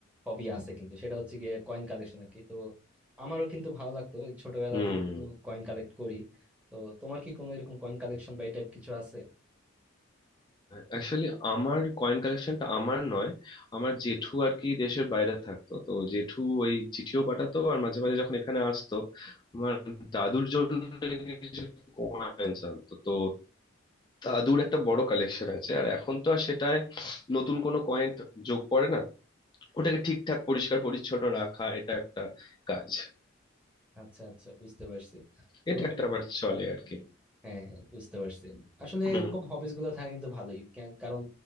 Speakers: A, in the centre; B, on the left.
A: হবি আছে কিন্তু সেটা হচ্ছে গিয়ে কয়েন কালেকশন আর কি তো আমারও কিন্তু ভালো লাগতো এই ছোটবেলা
B: হুম
A: থেকে কিন্তু কয়েন কালেক্ট করি তো তোমার কি কোনো এরকম কয়েন কালেকশন বা এই টাইপ কিছু আছে
B: অ্যাকচুয়ালি আমার কয়েন কালেকশনটা আমার নয় আমার জেঠু আর কি দেশের বাইরে থাকতো তো জেঠু ওই চিঠিও পাঠাতো আর মাঝে মাঝে যখন এখানে আসতো আমার দাদুর জন্য কিছু কয়েন আনতো তো দাদুর একটা বড় কালেকশন আছে আর এখন তো আর সেটায় নতুন কোনো কয়েন যোগ পড়ে না ওটাকে ঠিকঠাক পরিষ্কার পরিচ্ছন্ন রাখা এটা একটা কাজ
A: আচ্ছা আচ্ছা বুঝতে পারছি
B: এটা
A: ওরকম
B: একটা আমার চলে
A: <laughs>
B: আর কি
A: হ্যাঁ হ্যাঁ বুঝতে পারছি আসলে
B: হুম
A: এরকম হবিস গুলো থাকা কিন্তু ভালোই কেন- কারণ